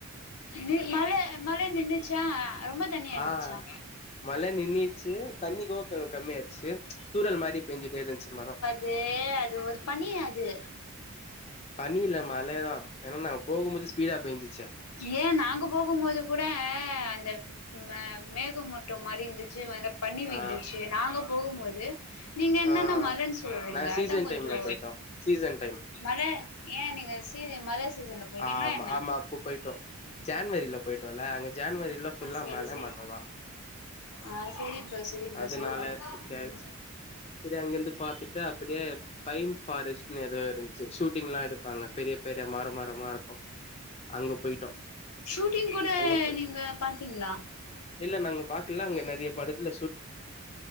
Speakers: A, on the left; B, on the left.
A: நில் மழ மழ நின்னுச்சா ரொம்ப தண்ணியா இருந்ச்சா
B: ஆ மழ நின்றுச்சி தண்ணி கோ கொஞ்ச கம்மியாச்சி தூறல் மாரி பெஞ்சிட்டே இந்துச்சி மரோ
A: தே அது ஒரு தணி அது
B: தண்ணியில்ல மழ தா ஏனா நாங்க போகும்போது ஸ்பீடா பேஞ்சிச்சா
A: ஏ நாங்க போகும்போது கூட அந்த ம மேகமூட்டம் மாதிரி இருந்துச்சி மேல பணி விழுந்துச்சி
B: ஆ
A: நாங்க போகும்போது நீங்க என்னன்ன
B: ஆ
A: மழன்னு சொல்வங்க
B: நா சீசன்
A: அதா கொஞ்சோ
B: டைம்ல போயிட்டோ சீசன் டைம்
A: மழ ஏ நீங்க சீசன் மழ சீசனுக் போட்டிங்னா
B: ஆமா
A: என்ன
B: ஆமா அப்போ போயிட்டோ ஜான்வரில போயிட்டோல்ல அங்க ஜான்வரில ஃபுல்லா
A: செரி
B: மழ
A: செரி
B: மட்டுந்தா
A: ஆ செரி ப்ரோ செரி ப்ரோ
B: அதனால
A: செரி ப்ரோ
B: இப்டி ஆயிடுச்சு
A: உம்
B: சரி அங்கிருந்து பாத்துட்டு அப்டியே பைன் ஃபாரஸ்ட்னு எதோ இருந்துச்சி ஷூட்டிங் எல்லா எடுப்பாங்க பெரிய பெரிய மர மரமா இருக்கு அங்க போயிட்டோ
A: ஷூட்டிங் கூட
B: அங்க போய்
A: நீங்க பாத்தீங்ளா
B: இல்ல நாங்க பாக்கலா அங்க நெறய படத்ல